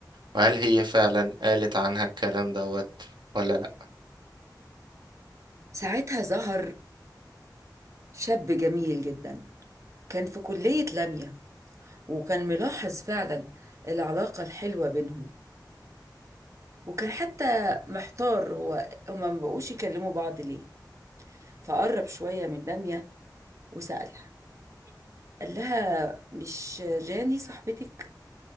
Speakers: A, on the right; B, on the right.
A: وهل هي فعلا قالت عنها الكلام دوت ولا لا
B: ساعتها ظهر شاب جميل جدا كان في كلية لمية وكان ملاحظ فعلا العلاقة الحلوة بينهم وكان حتى محتار هو هما ما بقوش يكلموا بعض ليه فقرب شوية من دامية وسألها قال لها مش جاني صاحبتك